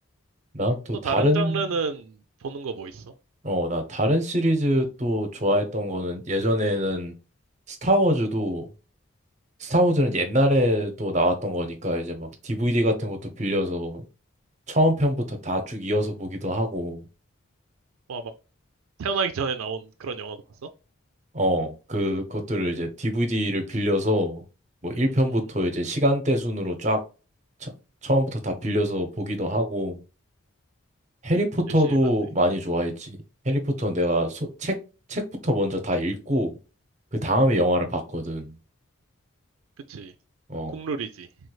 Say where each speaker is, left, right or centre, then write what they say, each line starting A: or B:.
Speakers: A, on the right; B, on the right.
A: 난 또
B: 또
A: 다른,
B: 다른 장르는 보는 거 뭐 있어?
A: 어, 나 다른 시리즈 또 좋아했던 거는 예전에는 스타워즈도 스타워즈는 옛날에도 나왔던 거니까 이제 막 DVD 같은 것도 빌려서 처음 편부터 다 쭉 이어서 보기도 하고,
B: 와 막 태어나기 전에 나온 그런 영화도 봤어?
A: 어, 그, 그것들을 이제 DVD를 빌려서 뭐
B: 음
A: 1편부터 이제 시간대 순으로 쫙 처, 처음부터 다 빌려서 보기도 하고, 해리포터도
B: 열심히 봤네.
A: 많이 좋아했지. 해리포터 내가 소, 책, 책부터 먼저 다 읽고, 그 다음에 영화를 봤거든.
B: 그치
A: 어,
B: 국룰이지.